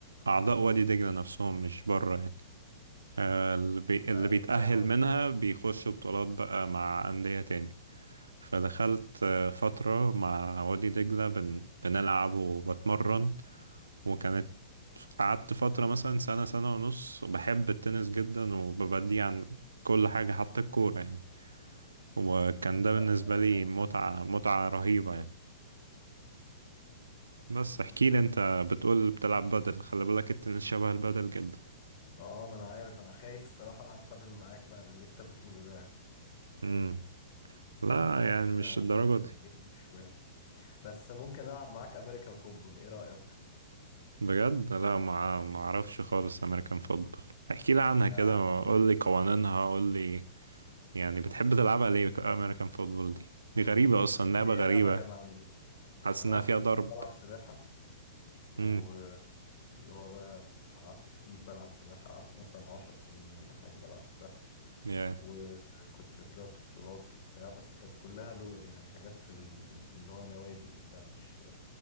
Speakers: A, on the right; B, on the left.
A: أعضاء وادي دجلة نفسهم مش بره يعني آه، اللي بي- اللي
B: أيوه
A: بيتأهل
B: فاهم قصدك
A: منها بيخش بطولات بقى مع أندية تاني فدخلت آه، فترة مع وادي دجلة بن... بنلعب وبتمرن وكانت قعدت فترة مثلا سنة سنة ونص بحب التنس جدا وببديه عن كل حاجة حتى الكورة يعني وكان
B: مم،
A: ده بالنسبة
B: لا ده
A: لي
B: خد منك
A: متعة متعة
B: حيز
A: رهيبة
B: جامد
A: يعني بس احكي لي انت بتقول بتلعب بدل خلي بالك التنس شبه البدل جدا
B: ما هو ما أنا عارف أنا خايف الصراحة ألعب بادل معاك بقى باللي أنت بتقوله ده يعني
A: امم لا
B: لأن أنت
A: يعني
B: كده
A: مش الدرجة
B: هتجيبني
A: دي
B: شوال بس ممكن ألعب معاك أمريكان فوتبول إيه رأيك؟
A: بجد لا ما ما اعرفش خالص امريكان فوتبول احكي لي عنها
B: لا
A: كده
B: أعلمك
A: قول
B: يا
A: لي
B: باشا
A: قوانينها قول لي يعني
B: بص
A: بتحب
B: يا
A: تلعبها
B: سيدي
A: ليه امريكان فوتبول دي دي
B: هقول
A: غريبة
B: لك
A: اصلا
B: لأن
A: لعبة
B: هي
A: غريبة
B: لعبة جماعية
A: حاسس
B: أنا
A: انها
B: أصلا
A: فيها ضرب
B: كنت بلعب سباحة و
A: امم
B: اللي هو بقى قعدت كتير بلعب سباحة قعدت مثلا عشر سنين ولا حاجة بلعب سباحة
A: يا
B: وكنت طلعت بطولات وبتاع بس كانت كلها له يعني حاجات في ال... ان هو نوادي وبتاع مش